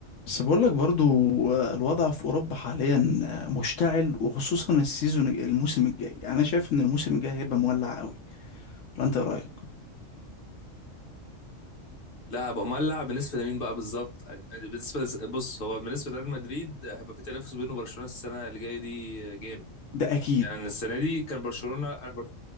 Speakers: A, on the left; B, on the left.
A: بس بقول لك برضو آه، الوضع في أوروبا حاليا آه، مشتعل وخصوصا السيزون الموسم الجاي يعني أنا شايف إن الموسم الجاي هيبقى مولع قوي ولا أنت إيه رأيك؟
B: لاعب امال لاعب بالنسبه لمين بقى بالظبط بالنسبه لز- بص هو بالنسبه لريال مدريد هيبقى في تنافس بينه وبرشلونه السنه اللي جايه دي جامد
A: ده أكيد
B: يعني انا السنه دي كان برشلونه انا بر...